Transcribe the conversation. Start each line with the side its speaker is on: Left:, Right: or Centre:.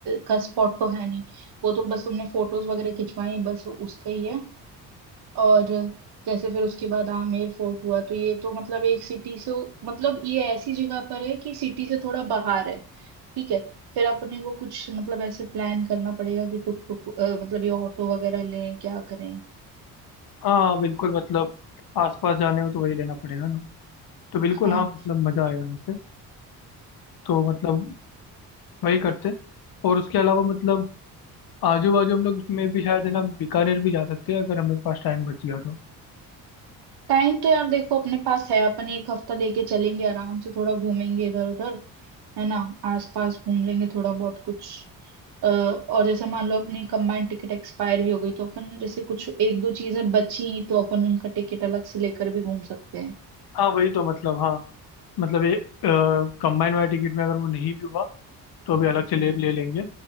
Right: का स्पॉट तो है नहीं वो तो बस तुमने फोटोज वगैरह खिंचवाई बस उसका ही है और जैसे फिर उसके बाद आमेर फोर्ट हुआ तो ये तो मतलब एक सिटी से मतलब ये ऐसी जगह पर है कि सिटी से थोड़ा बाहर है ठीक है फिर अपने को कुछ मतलब ऐसे प्लान करना पड़ेगा कि टुक टुक अ, मतलब ये ऑटो वगैरह लें क्या करें
Left: हाँ बिल्कुल मतलब आसपास जाने हो तो वही लेना पड़ेगा ना तो बिल्कुल
Right: हाँ
Left: हाँ मतलब मजा आएगा वैसे तो मतलब वही करते हैं और उसके अलावा मतलब आजू बाजू हम लोग उसमें भी शायद है ना बीकानेर भी जा सकते हैं अगर हमारे पास टाइम बच गया तो
Right: टाइम तो यार देखो अपने पास है अपन एक हफ्ता लेके चलेंगे आराम से थोड़ा घूमेंगे इधर उधर है ना आसपास घूम लेंगे थोड़ा बहुत कुछ अ, और जैसे मान लो अपनी कंबाइंड टिकट एक्सपायर भी हो गई तो अपन जैसे कुछ एक दो चीजें बची तो अपन उनका टिकट अलग से लेकर भी घूम सकते हैं
Left: हाँ वही तो मतलब हाँ मतलब ये कंबाइन वाला टिकट में अगर वो नहीं भी हुआ तो अभी अलग से ले ले लेंगे